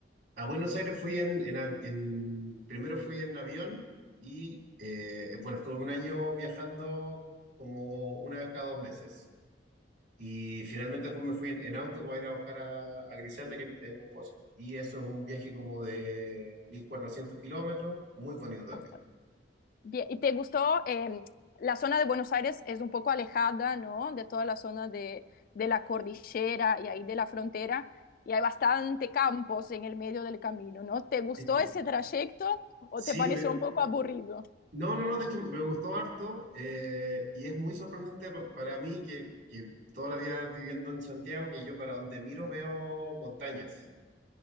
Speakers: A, on the right; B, on the left.
A: A Buenos Aires fui en, en av- en- primero fui en avión y eh, bueno, estuve un año viajando como una vez cada dos meses. Y finalmente después me fui en, en auto para ir a buscar a, a Griselda, que es mi esposa. Y eso es un viaje como de 1400 kilómetros, muy bonito también.
B: Bastante. Bien, ¿y te gustó? eh, la zona de Buenos Aires es un poco alejada, ¿no? De toda la zona de, de la cordillera y ahí de la frontera, y hay bastante campos en el medio del camino, ¿no? ¿Te gustó
A: Sí,
B: ese trayecto o
A: Sí,
B: te pareció
A: me-
B: un poco aburrido?
A: no, no, no, de hecho me gustó harto eh, y es muy sorprendente pa- para mí que, que toda la vida viviendo en Santiago, que yo para donde miro veo montañas.